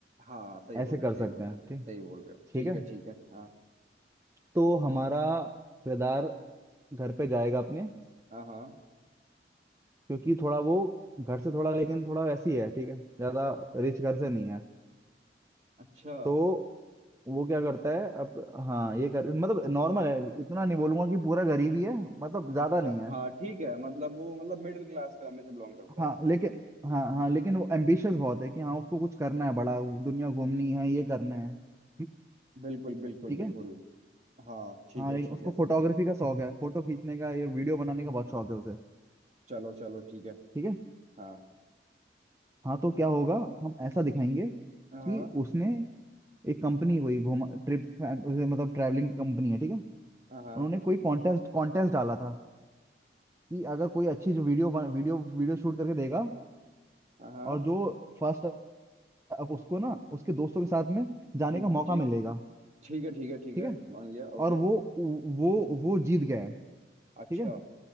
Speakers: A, on the right; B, on the right.
A: हाँ सही
B: ऐसे
A: बोल रहे
B: कर
A: हो सही
B: सकते
A: बोल
B: हैं
A: रहे हो
B: ठीक
A: सही बोल रहे हो
B: ठीक
A: ठीक
B: है
A: है ठीक है हाँ
B: तो हमारा किरदार घर पे जाएगा अपने
A: हाँ हाँ
B: क्योंकि थोड़ा वो घर से थोड़ा लेकिन थोड़ा वैसी है ठीक है ज्यादा रिच घर से नहीं है
A: अच्छा
B: तो वो क्या करता है अब हाँ ये कर मतलब नॉर्मल है इतना नहीं बोलूंगा कि पूरा गरीब ही है मतलब ज्यादा
A: अच्छा
B: नहीं है
A: हाँ ठीक है मतलब वो मतलब मिडिल क्लास फैमिली से बिलोंग करता
B: हाँ
A: है
B: लेकिन हाँ हाँ लेकिन वो एम्बिशियस बहुत है कि हाँ उसको कुछ करना है बड़ा दुनिया घूमनी है ये करना है हम्म,
A: बिल्कुल बिल्कुल
B: ठीक
A: बिल्कुल
B: है
A: हाँ ठीक
B: हाँ
A: है
B: लेकिन
A: ठीक
B: उसको
A: है
B: फोटोग्राफी का शौक है फोटो खींचने का या वीडियो बनाने का बहुत शौक है उसे
A: चलो चलो ठीक है
B: ठीक है
A: हाँ
B: हाँ तो क्या होगा हम ऐसा दिखाएंगे
A: हाँ
B: कि उसने एक कंपनी हुई घुमा ट्रिप मतलब ट्रैवलिंग कंपनी है ठीक है
A: हाँ
B: उन्होंने कोई कॉन्टेस्ट कॉन्टेस्ट डाला था कि अगर कोई अच्छी जो वीडियो वीडियो वीडियो शूट करके देगा
A: हाँ
B: और जो फर्स्ट उसको ना उसके दोस्तों के साथ में जाने
A: ठीक
B: का मौका
A: ठीक
B: मिलेगा
A: ठीक है ठीक है ठीक
B: ठीक
A: है
B: है
A: मान लिया ओके
B: और वो वो वो जीत गया है
A: अच्छा
B: ठीक है